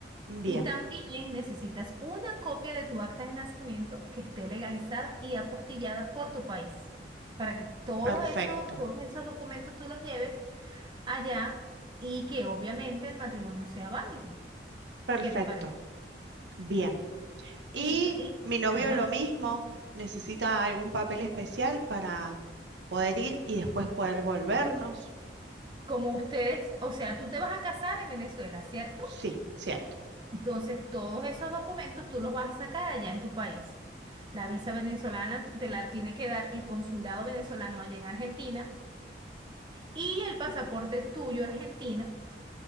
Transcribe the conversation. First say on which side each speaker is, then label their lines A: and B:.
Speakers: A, on the right; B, on the right.
A: Bien.
B: y también necesitas una copia de tu acta de nacimiento que esté legalizada y apostillada por tu país, para que todos
A: Perfecto,
B: esos, todos esos documentos tú los lleves allá y que obviamente el matrimonio sea válido.
A: perfecto.
B: ¿Qué te parece?
A: Bien. Y
B: Y, que- y-
A: mi novio
B: ajá,
A: lo mismo, necesita algún papel especial para poder ir y después poder volvernos.
B: como ustedes, o sea, tú te vas a casar en Venezuela, ¿cierto?
A: Sí, cierto.
B: Entonces, todos esos documentos tú los vas a sacar allá en tu país. La visa venezolana te la tiene que dar el consulado venezolano allá en Argentina y el pasaporte tuyo argentino